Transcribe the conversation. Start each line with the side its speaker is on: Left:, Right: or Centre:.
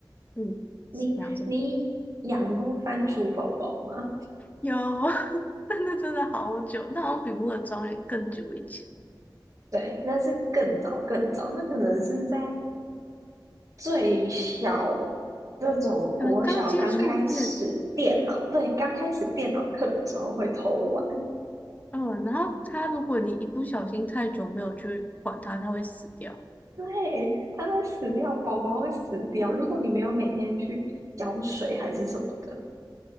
Left: 嗯，
Right: 你你养过番薯宝宝吗？
Left: 讲什么有，<laughs> 但那真的好久，那好像比《摩尔庄园》更久以前。
Right: 对，那是更早更早，那可能是在最小那种国小刚开始电脑，
Left: 可能刚接触电，
Right: 对，刚开始电脑课的时候会偷玩，
Left: 嗯，然后他如果你一不小心太久没有去管它，它会死掉。
Right: 对，它会死掉，宝宝会死掉。如果你没有每天去浇水还是什么的，